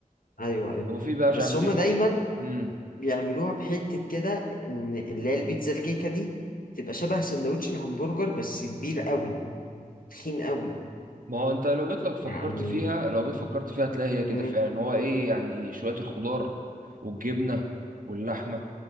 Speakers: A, on the left; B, on the right.
A: ايوه ايوه
B: وفي بقى
A: بس
B: مش عارف بي-
A: هما دايما
B: مم.
A: بيعملوها بحتة كده ان اللي هي البيتزا الكيكة دي تبقى شبه سندوتش الهمبرجر بس كبير قوي تخين قوي
B: ما هو انت لو جيت لك فكرت
A: يعني
B: فيها لو جيت فكرت فيها هتلاقي هي كده
A: امم
B: فعلا هو ايه يعني شوية الخضار والجبنة واللحمة